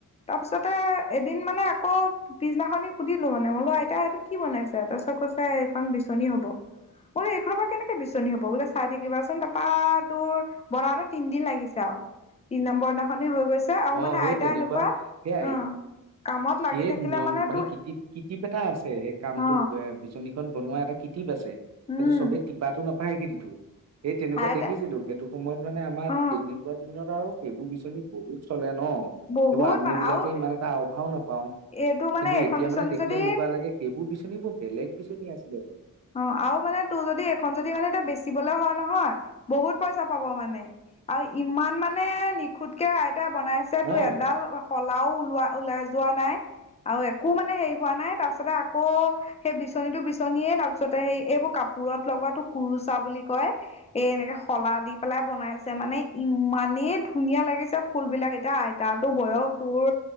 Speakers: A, on the left; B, on the right.
A: তাৰপিছতে এদিন মানে আকৌ পিছদিনাখনি সুধিলো মানে মই বোলো আইতা এইটো কি বনাইছে? তাৰপিছত কৈছে এইখন বিচনী হ'ব। মই বোলো এইখনৰ পৰা কেনেকে বিচনী হ'ব? বোলে চাই থাকিবাচোন তাৰপা তোৰ বনাওঁতে তিনদিন লাগিছে আও। তিন নম্বৰ দিনাখনি হৈ গৈছে আৰু
B: অ
A: মানে
B: সেই
A: আইতা
B: তেনেকুৱা
A: এনেকুৱা
B: সে আই
A: অ কামত
B: সেই
A: লাগি থাকিলে
B: নিয়ম মানে
A: তোৰ
B: কিটিপ কিটিপ এটা আছে সেই কামটো
A: অ
B: বে বিচনী খন বনোৱা এটা কিটিপ আছে সেইটো
A: উম
B: চবে টিপাটো নাপায় কিন্তু। সেই তেনেকুৱা
A: আইতা
B: দেখিছিলো সেইটো সময়ত মানে আমাৰ
A: অ
B: তেনেকুৱা দিনত আৰু সেইবোৰ বিচনী বহুত চলে ন
A: বহুত
B: সেইবোৰ আমি
A: মানে
B: বিলাকে
A: আৰু
B: ইমান এটা আও-ভাও নেপাওঁ।
A: এইটো মানে
B: কিন্তু
A: এখন
B: এতিয়া
A: বিচনী
B: মানে দেখিলে
A: যদি
B: এনেকুৱা লাগে সেইবোৰ বিচনী বৰ বেলেগ বিচনী আছিলে বোলো।
A: অ, আৰু মানে তোৰ যদি এইখন যদি মানে এতিয়া বেচিবলৈ হয় নহয় বহুত পইচা পাব মানে। আৰু ইমান মানে নিখুতকে আইতাই বনাইছে
B: অ'
A: তোৰ এডাল শলাও ওলোৱা ওলাই যোৱা নাই আৰু একো মানে হেৰি হোৱা নাই। তাৰপিছতে আকৌ সেই বিচনীটো বিচনীয়ে তাৰপিছ পিছতে হেৰি এইবোৰ কাপোৰত লগোৱা তোৰ কুৰুচা বুলি কয় এ এনেকে শলা দি পেলাই বনাইছে মানে ইমানেই ধুনীয়া লাগিছে ফুলবিলাক। এতিয়া আইতা টো বয়স তোৰ